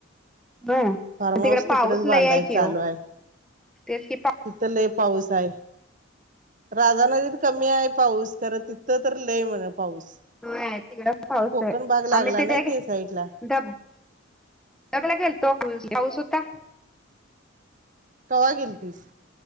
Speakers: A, in the centre; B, on the right.
A: होय
B: फार्म
A: तिकडे
B: हाऊस
A: पाऊस
B: तिकडेच बांधाय
A: लय आहे की
B: चालू
A: ओ
B: आहे.
A: तेच की
B: तिथं लई पाऊस आहे राधानगरीत कमी आहे पाऊस खरं ती थं तर लय म्हणे पाऊस.
A: वय तिकडे आहे पाऊस
B: कोकण
A: हाय
B: भाग लागला
A: आम्ही तेजाय
B: नाही
A: गे
B: ते साईडला
A: धब सगळे गेलतो <unintelligible> पाऊस होता.
B: कवा गेलतीस?